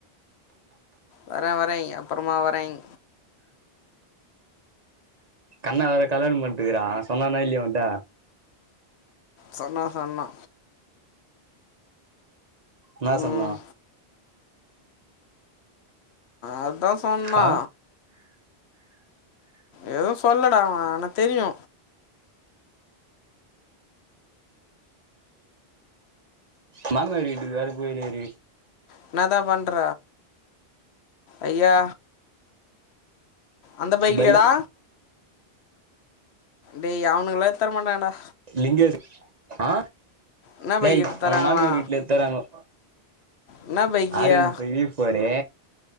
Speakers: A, on the left; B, on the right.
A: வர வரே அப்பறமா வரேங்
B: கண்ணா வேற கல்யாணம் பண்ட்டுக்குறா சொன்னானா இல்லியா உன்ட்ட
A: சொன்னா சொன்னா
B: இன்னா சொன்னா
A: ம் அதா சொன்னா
B: ஆ
A: எதுவு சொல்லட அவ ஆனா தெரியு
B: மாம்னாறு வீட்டுக்கு வேற போயிருக்காரு
A: இன்னாதா பண்ற ஐயா அந்த பைக்லியா
B: பைக்
A: டா டேய் அவனுக்குலா எத்தரமாட்டாங்கடா
B: லிங்கேஷ் அ
A: என்ன
B: டேய்
A: பைக் எடுத்து தராங்களா
B: அவ மாமியாரு வீட்டு்ல எத்தறாங்கோ
A: என்ன பைக்கியா
B: ஆர்ரொன் ஃபையி ஃபோரே